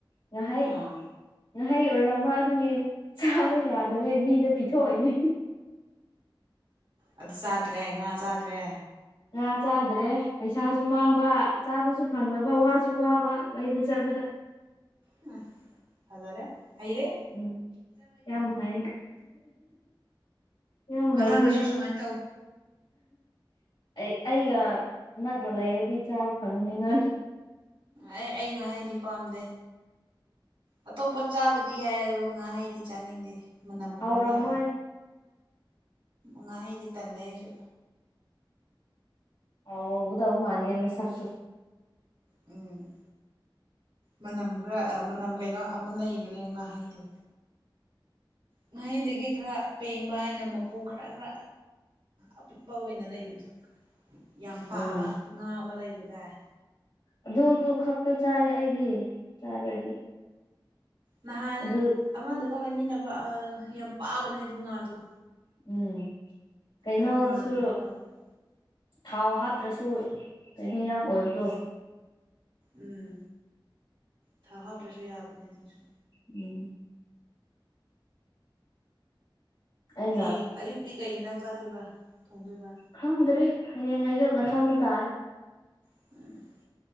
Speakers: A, on the left (about 80°); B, on the right (about 85°).
A: ꯉꯥꯍꯩ
B: ꯑꯣ
A: ꯉꯍꯩ ꯑꯣꯏꯔꯝꯃ ꯑꯗꯨꯒꯤ ꯆꯥꯕ ꯌꯥꯗꯕꯩ ꯃꯤꯗ ꯄꯤꯊꯣꯛꯑꯣꯏꯅꯦ
B: ꯑꯗꯨ ꯆꯥꯗ꯭ꯔꯦ ꯉꯥ ꯆꯥꯗ꯭ꯔꯦ
A: ꯉꯥ ꯆꯥꯗ꯭ꯔꯦ ꯄꯩꯁꯥꯁꯨ ꯃꯥꯡꯕ ꯆꯥꯕꯁꯨ ꯐꯪꯗꯕ ꯋꯥꯁꯨ ꯋꯥꯕ ꯂꯩꯕ ꯆꯠꯄꯗ
B: ꯎꯝ ꯐꯖꯔꯦ ꯍꯥꯏꯌꯦ ꯔꯦ
A: ꯎꯝ ꯌꯥꯝꯃ ꯍꯥꯏ ꯌꯥꯝ
B: ꯃꯊꯪꯗꯁꯨ
A: ꯂꯩꯩꯔꯦ ꯍꯥꯏ
B: ꯁꯨꯃꯥꯏꯅ ꯇꯧ
A: ꯑꯩ ꯑꯩꯒ ꯅꯛꯅ ꯂꯩꯔꯗꯤ ꯆꯥꯕ ꯐꯪꯅꯤꯅ
B: ꯑꯩ ꯑꯩ ꯉꯥꯍꯥꯏꯗꯤ ꯄꯥꯝꯗꯦ ꯑꯇꯣꯞꯄ ꯆꯥꯕꯗꯤ ꯌꯥꯏ ꯑꯗꯨꯒ ꯉꯥꯍꯩꯗꯤ ꯆꯥꯅꯤꯡꯗꯦ ꯃꯅꯝ
A: ꯍꯥꯎꯔꯝꯃꯣꯏ
B: ꯈꯔꯅ ꯉꯥꯍꯩꯗꯤ ꯇꯜꯂꯦ ꯑꯩꯁꯨ
A: ꯍꯥꯎꯒꯗꯕ ꯃꯥꯥꯟꯗꯦꯃ ꯃꯁꯛꯇꯣ
B: ꯎꯝ ꯃꯅꯝ ꯈꯔ ꯃꯅꯝ ꯀꯩꯅꯣ ꯑꯃ ꯂꯩꯕꯅꯦ ꯉꯥꯍꯩꯗꯣ ꯉꯥꯍꯩꯗꯒꯤ ꯈꯔ ꯄꯦꯡꯕ ꯍꯥꯏꯅ ꯃꯀꯨ ꯈꯔ ꯈꯔ ꯑꯄꯤꯛꯄ ꯑꯣꯏꯅ ꯂꯩꯕꯗꯣ ꯌꯥꯝ ꯄꯥꯕ
A: ꯎꯝ
B: ꯉꯥ ꯑꯃ ꯂꯩꯕꯗꯥꯥꯏ
A: ꯑꯗꯨꯗꯨ ꯈꯛꯇ ꯆꯥꯏ ꯑꯩꯗꯤ ꯆꯥꯔꯗꯤ
B: ꯅꯍꯥꯟ
A: ꯑꯗꯨ
B: ꯑꯃꯗꯨꯒ ꯂꯩꯃꯤꯟꯅꯕ ꯌꯥꯝ ꯄꯥꯕꯅꯦ ꯑꯗꯨ ꯉꯥꯗꯣ
A: ꯎꯝ ꯀꯩꯅꯩꯅꯣꯁꯨ
B: ꯑꯗꯨ ꯉꯥꯗꯨꯅ ꯍꯥꯎꯕꯅꯦ
A: ꯊꯥꯎ ꯍꯥꯞꯇ꯭ꯔꯁꯨ ꯀꯩꯅꯣ ꯌꯥꯝ ꯑꯣꯏꯕꯗꯣ
B: ꯎꯝ ꯊꯥ ꯍꯥꯥꯎꯇ꯭ꯔꯁꯨ ꯌꯥꯕꯅꯦ ꯑꯗꯨꯁꯨ
A: ꯎꯝ ꯑꯩꯅ
B: ꯍꯌꯦꯡ ꯑꯌꯨꯛꯇꯤ ꯀꯩ ꯏꯟꯁꯥꯡ ꯆꯥꯗꯣꯏꯕ ꯊꯣꯡꯗꯣꯏꯕ
A: ꯈꯪꯗ꯭ꯔꯤ ꯍꯌꯦꯡ ꯑꯌꯨꯅ ꯈꯪꯕ ꯇꯥꯔꯦ
B: <inaudible>